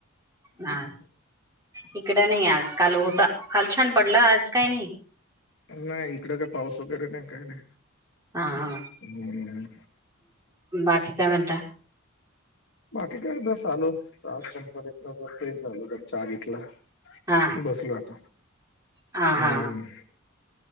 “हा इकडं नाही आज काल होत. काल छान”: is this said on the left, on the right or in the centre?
Right